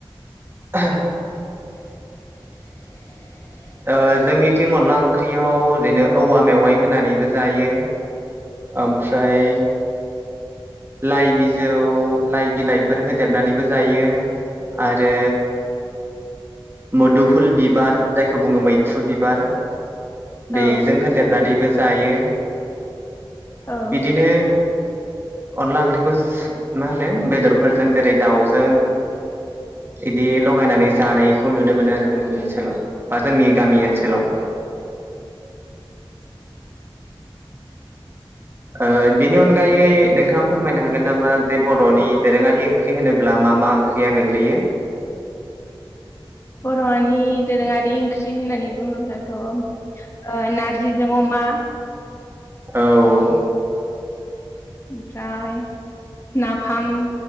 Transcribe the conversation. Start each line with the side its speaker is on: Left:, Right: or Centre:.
Right: <unintelligible>
Left: <inaudible>
Right: ओ जोंनिथिं अनला ओंख्रियाव ओरैनो औवा मेवाइ होनानैबो जायो। ओमफ्राय लाइ बिजौ लाइ बिलाइफोर होदेरनानैबो जायो आरो मोदुफुल बिबार जायखौ बुङो मैथ्रु बिबार
Left: औ
Right: बेजों होनदेरनानैबो जायो।
Left: औ
Right: बिदिनो अनला ओंख्रिखौ मा होनो बेदरफोरजों जेरै दाउजों इदि लगायनानै जानाय खौ नुनो मोनो आरो जोंनि ओनसोलाव। बा जोंनि गामि ओनसोलाव। ओ बिनि अनगायै नोंथाङा फोरमायनो हागोन नामा जे बरनि दोरोङारि ओंख्रि होनोब्ला मा मा ओंख्रिया गोग्लैयो।
Left: बर नि दोरोङारि ओं ख्रि होननानै बुङोब्लाथ ओ नारजिजों अमा
Right: औ
Left: ओमफ्राय नाफाम